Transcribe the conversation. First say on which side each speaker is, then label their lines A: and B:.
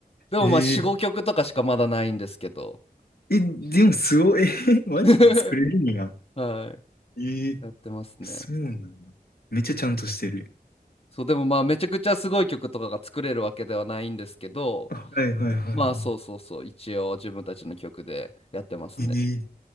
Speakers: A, on the left; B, on the left.
A: でもまあ、
B: ええ
A: 4、5曲とかしかまだないんですけど、
B: え、でもすごい、え、<laughs> マジで作れるんや。
A: <laughs> はい。
B: ええ
A: やってますね。
B: そうなんだ。めっちゃちゃんとしてる。
A: そう、でもまあ、めちゃくちゃすごい曲とかが作れるわけではないんですけど、
B: あ、はいはいはいは
A: まあ、そうそうそう、一応自分たちの曲でやってますね。
B: い。えー